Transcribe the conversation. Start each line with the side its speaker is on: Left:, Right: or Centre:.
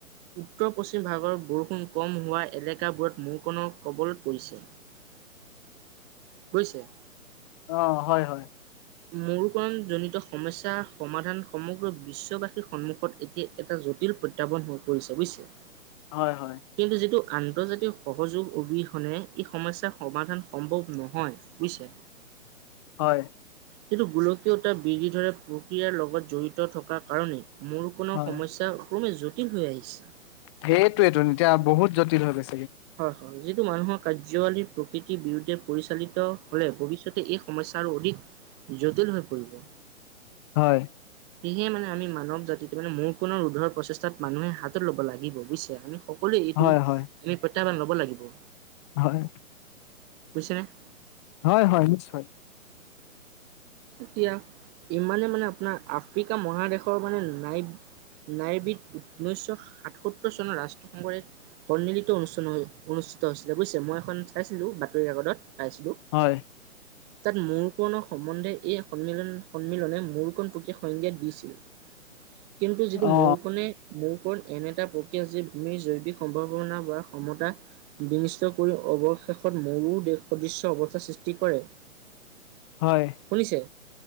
Right: উত্তৰ পশ্চিম ভাগৰ বৰষুণ কম হোৱা এলেকাবোৰত মূকণনৰ কবলত পৰিছে হৈছে
Left: অ হয় হয়
Right: মৰুকৰণজনিত সমস্যাৰ সমাধান সমগ্ৰ বিশ্ববাসীৰ সন্মুখত এতিয়া এটা জটিল প্ৰত্যাহ্বান হৈ পৰিছে বুজিছে
Left: হয় হয়
Right: কিন্তু যিটো আন্তৰ্জাতিক সহযোগ অবিহনে এই সমস্যাৰ সমাধান সম্ভৱ নহয় বুজছে
Left: হয়
Right: কিন্তু গোলকীয়তা বিধি ধৰে প্ৰক্ৰিয়াৰ লগত জড়িত থকাৰ কাৰণেই মোৰ কণনৰ
Left: হয়
Right: সমস্যা ক্রমে জটিল হৈ আহিছে
Left: সেইটোয়েটো এতিয়া বহুত জটিল হৈ গৈছে
Right: হয় হয় যি মানুহৰ কাৰ্যৱালী প্ৰকৃতিৰ বিৰুদ্ধে পৰিচালিত হলে ভৱিষ্যতে এই সমস্যা অধিক জটিল হৈ পৰিব
Left: হয়
Right: সেয়ে মানেআমি মানৱ জাতিটো মানে মৌকৰোণৰ ৰোধৰ প্ৰচেষ্টাত মানুহে হাতত ল'ব লাগিব বুইছে আমি <unintelligible> সকলোৱে এইটো
Left: হয় হয়
Right: কেইটামান ল'ব লাগিব
Left: হয়
Right: খচৰে <unintelligible>
Left: হয় হয় নিশ্চয়
Right: এতিয়া ইমানে মানে আপোনাৰ আফ্ৰিকা মহাদেশৰ মানে নাই নাইবিিত নৈশ সাতসত্তৰ চনৰ ৰাষ্ট্ৰসংঘৰ এক সন্মিলিত অনুষ্ঠিত হৈ অনুষ্ঠিত হৈছিলে বুজিছে মই এখন চাইছিলো বাতৰি ৰেকৰ্ডত <unintelligible> আছলু
Left: হয়
Right: তাত মৌৰ কণনৰ সম্বন্ধে এই সন্মিলন সন্মিলনে মৌকৰণ পক সংজ্ঞাত দিছিল কিন্তু যিটো
Left: অ
Right: মোৰখনে মোৰখন এনে এটা প্ৰক্ৰিয়া যি ভূমিৰ জৈৱিক সম্ভাৱনা বা ক্ষমতা বিনিষ্ট কৰি অৱশেষত মৰু দেশ সদৃশ্য অৱস্থাৰ সৃষ্টি কৰে
Left: হয়
Right: শুনিছে